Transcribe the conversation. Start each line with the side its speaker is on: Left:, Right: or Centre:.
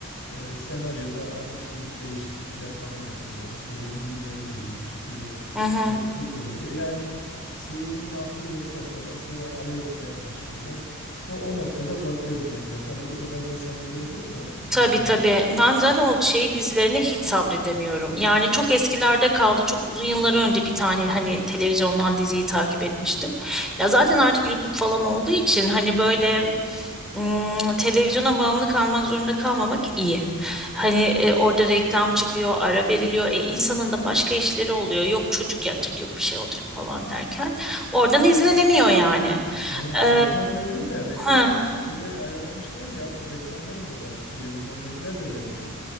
Left: E, senaryoda abuk subuk değişiklikler falan yapıyorlar. İşte yeni birileri giriyor, çıkıyor,
Centre: Hı hı.
Left: kopukluk oluyor. Yani seyircinin aklıyla bir noktadan sonra alay etmeye başlıyorlar. O, o noktada bırakıyorum ben gel. Tabii o kadar da sabredemiyorum da
Centre: Tabii
Left: genelde.
Centre: tabii. Ben zaten o şey dizilerine hiç sabredemiyorum. Yani çok eskilerde kaldı. Çok uzun yıllar önce bir tane hani televizyondan diziyi takip etmiştim. Ya zaten artık YouTube falan olduğu için hani böyle ım, televizyona bağımlı kalmak zorunda kalmamak iyi. Hani e, orada reklam çıkıyor, ara veriliyor. E, insanın da başka işleri oluyor. Yok çocuk yatacak, yok bir şey olacak falan derken oradan izlenemiyor yani.
Left: Evet,
Centre: Ee,
Left: reklam dedin de reklam
Centre: ha,
Left: öyle ayarlamışlar ki artık reklam vermiyorlar. Televizyondakiler de vermiyor.